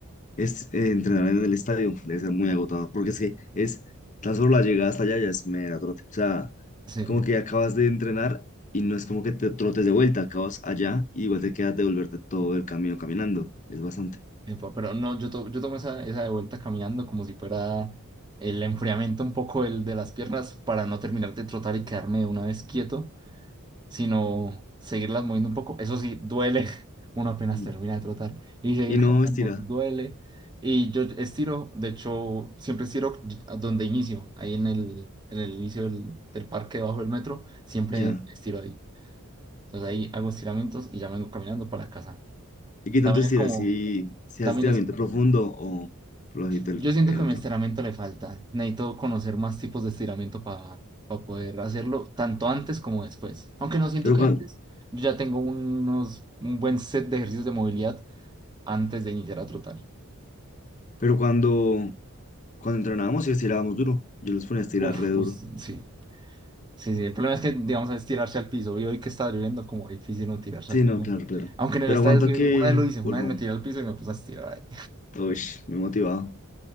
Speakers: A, on the left (about 35°); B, on the right (about 20°).
A: es, eh, entrenar en el estadio debe ser muy agotador, porque es que es tan solo la llegada hasta allá ya es mera trote. O sea,
B: sí.
A: como que acabas de entrenar y no es como que te trotes de vuelta, acabas allá y igual te quedas de volverte todo el camino caminando. Es bastante.
B: Epa, Pero no, yo, to- yo tomé esa, esa de vuelta caminando como si fuera el enfriamiento un poco el de las piernas para no terminar de trotar y quedarme de una vez quieto, sino seguirlas moviendo un poco. Eso sí, duele. <laughs> Uno apenas
A: Mm.
B: termina de trotar y seguir
A: Y no
B: caminando
A: estira,
B: duele. Y yo estiro, de hecho, siempre estiro y- a donde inicio, ahí en el, en el inicio del, del parque debajo del metro, siempre
A: ya.
B: estiro ahí. Entonces ahí hago estiramientos y ya vengo caminando para la casa.
A: ¿Y qué tanto
B: También
A: estira?
B: es como...
A: Si, si
B: También
A: haces estiramiento
B: es
A: profundo o flojito
B: Yo
A: el,
B: siento
A: el
B: que
A: entro.
B: mi estiramiento le falta. Necesito conocer más tipos de estiramiento para poder hacerlo, tanto antes como después. Aunque no siento
A: Pero,
B: que
A: cuan-
B: antes, yo ya tengo unos, un buen set de ejercicios de movilidad antes de iniciar a trotar.
A: pero cuando, cuando entrenábamos y estirábamos duro, yo los ponía a estirar
B: Uf,
A: re duro.
B: us- sí. Sí, sí. El problema es que, digamos, es tirarse al piso. Y hoy que está lloviendo, como difícil no tirarse
A: Sí,
B: al piso.
A: no, claro, claro.
B: Aunque en
A: Pero
B: el estadio,
A: aguanta
B: sí,
A: que
B: una vez lo hice, una
A: vuelvo.
B: vez me tiré al piso y me puse a estirar
A: Uy, me he motivado.